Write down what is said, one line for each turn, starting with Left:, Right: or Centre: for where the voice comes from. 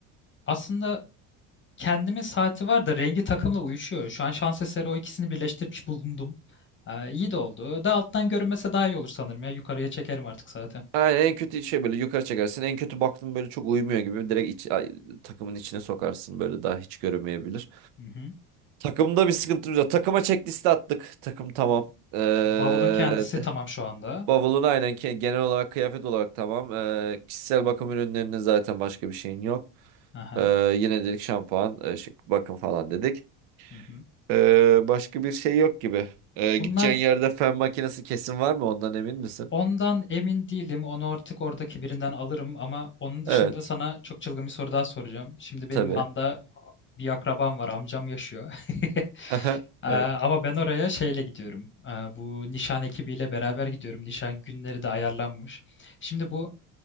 Left: aslında Kendimin saati var da rengi takımla uyuşuyor. Şu an şans eseri o ikisini birleştirmiş bulundum. Ee, iyi de oldu. Daha alttan görünmese daha iyi olur sanırım ya. Yukarıya çekerim artık saati.
Right: Aynen en kötü şey böyle yukarı çekersin. En kötü baktın böyle çok uyumuyor gibi. Direkt iç- ay- takımın içine sokarsın. Böyle daha hiç görünmeyebilir.
Left: Hı hı.
Right: Takımda bir sıkıntımız yok. Takıma checklist attık. Takım tamam. Ee,
Left: Bavulun kendisi tamam şu anda.
Right: Bavulun aynen ke- genel olarak kıyafet olarak tamam. Ee, kişisel bakım ürünlerinin zaten başka bir şeyin yok.
Left: Aha.
Right: Ee, yine dedik şampuan, e, şık bakım falan dedik.
Left: Hı hı.
Right: Ee, başka bir şey yok gibi. Ee, gideceğin
Left: Bunlar
Right: yerde fön makinesi kesin var mı? Ondan emin misin?
Left: ondan emin değilim. Onu artık oradaki birinden alırım ama onun dışında
Right: Evet.
Left: sana çok çılgın bir soru daha soracağım. Şimdi benim
Right: Tabii.
Left: Van'da bir akrabam var. Amcam yaşıyor. <laughs>
Right: <laughs>
Left: Ee,
Right: Evet.
Left: ama ben oraya şeyle gidiyorum. Ee, bu nişan ekibiyle beraber gidiyorum. Nişan günleri de ayarlanmış. Şimdi bu